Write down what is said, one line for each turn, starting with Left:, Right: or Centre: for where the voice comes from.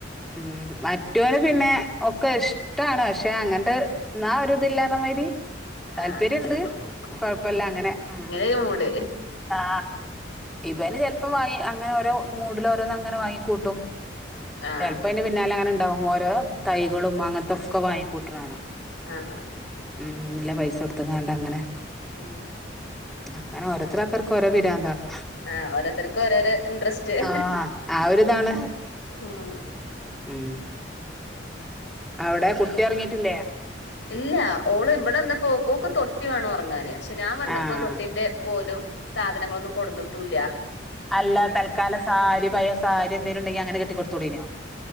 Centre: ഉം മറ്റോന് പിന്നെ ഒക്കെ ഷ്ടാണ് പക്ഷെ അങ്ങൻതെ ന്നാ ഒരു ഇതില്ലാന്ന മതിരി താല്പര്യണ്ട്
Left: ആ അങ്ങനെട്ട് പോ
Centre: കൊഴപ്പല്ല അങ്ങനെ ഉം
Left: ഒരു മൂട്
Centre: ആ ഇബന് ചെൽപ്പോ വാങ്ങി അങ്ങനെ ഓരോ മൂഡിൽ ഓരോന്നും അങ്ങനെ വാങ്ങിക്കൂട്ടും
Left: ആ
Centre: ചെൽപ്പൈന്റെ പിന്നാലെ ങ്ങനെണ്ടാവും ഓരോ തൈകളും അങ്ങൻത്തെ ഒക്കെ വാങ്ങിക്കൂട്ടണാണ
Left: ആഹ് അഹ്
Centre: ഉം ഇല്ല പൈസ കൊടുത് കാണ്ടങ്ങനെ
Left: ഉം
Centre: അങ്ങനെ ഓരുത്തരാൾക്കാർക്ക് ഓരോ പിരാന്താണ്
Left: ആഹ് ഓരോത്തർക് ഓരോരോ ഇൻട്രസ്റ്റ്
Centre: ആഹ് ആ ഒരിതാണ്
Left: ഉം
Centre: ഉം അവ്ടെ കുട്ടി ഒറങ്ങിട്ടില്ലേ?
Left: ഇല്ല ഓള് ഇവടെ വന്നപ്പോ ഓക്ക് തൊട്ടി വേണോറങ്ങാൻ പക്ഷെ ഞാൻ വന്നപ്പോ
Centre: ആഹ്
Left: തൊട്ടിന്റെ കോലും സാധനങ്ങളൊന്നും കൊടുന്നിട്ടൂല്ല
Centre: അല്ല തൽക്കാല സാരി പയ സാരി എന്തേലുണ്ടെങ്കിൽ അങ്ങനെ കെട്ടി കൊടുത്തൂടെയ്നോ